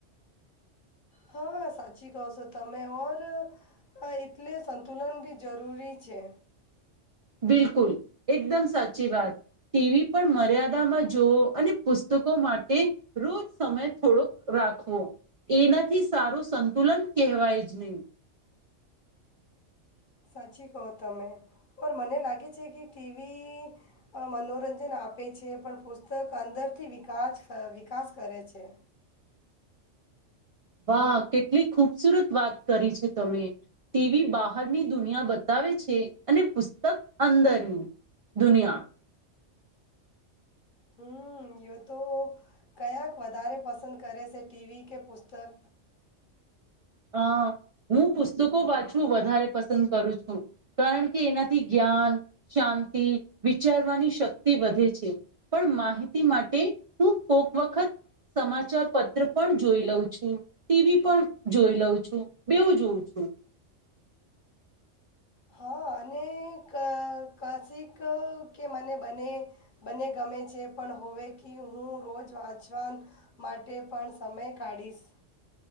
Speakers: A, on the left; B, on the right.
A: હ સાચી કહો છો તમેં ઓર હ એટલે સંતુલન બી જરૂરી છે.
B: બિલકુલ એકદમ સાચી વાત ટીવી પણ મર્યાદામાં જોઓ અને પુસ્તકો માટે રોજ સમય થોડોક રાખવો. એનાથી સારું સંતુલન કહેવાય જ નહી
A: સાચી કહો તમે ઓર મને લાગે છે કે ટીવી મનોરંજન આપે છે પણ પુસ્તક અંદરથી વિકાસ વિકાસ કરે છે.
B: વાહ કેટલી ખુબસુરત વાત કરી છે તમે. તેવી બહારની દુનિયા બતાવે છે અને પુસ્તક અંદરની દુનિયા
A: હ યો તો કયાક વધારે પસંદ કરે છે ટીવી કે પુસ્તક?
B: અ હું પુસ્તકો વાંચવું વધારે પસંદ કરું છું. કારણ કે એનાથી જ્ઞાન, શાંતિ, વિચારવાની શક્તિ વધે છે. પણ માહિતી માટે હું કોક વખત સમાચાર પત્ર પણ જોઈ લઉં છું ટીવી પણ જોઈ લઉં છું, બેવું જોઉં છું.
A: હા અને ક કસિક કે મને બને. બને ગમે છે પણ હોવે કે હું રોજ વાંચવા. માટે પણ સમય કાઢીશ.